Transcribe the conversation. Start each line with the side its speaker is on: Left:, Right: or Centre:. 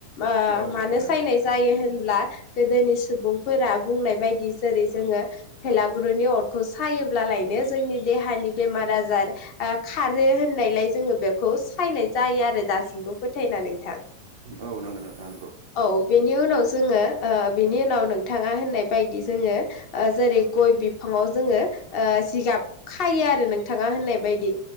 Left: ओ
Right: औ
Left: मानो
Right: नंगौ नोंथां
Left: सायनाय जायो होनब्ला गोदोनि सुबुंफोरा बुंनाय बायदि जेरै जोङो भेलागुरुनि अरखौ सायोब्लालायनो जोंनि देहानि बेमार-आजार ओ खारो होननायलाय जोङो बेखौ सायनाय जायो आरो दासिमबो फोथायना नोंथां।
Right: औ नंगौ नोंथां नंगौ।
Left: औ बेनि उनाव जोङो ओ बेनि उनाव नोंथाङा होननाय बायदि जोङो ओ जेरै गय बिफाङाव जोङो ओ जिगाब खायो आरो नोंथाङा होननाय बायदि।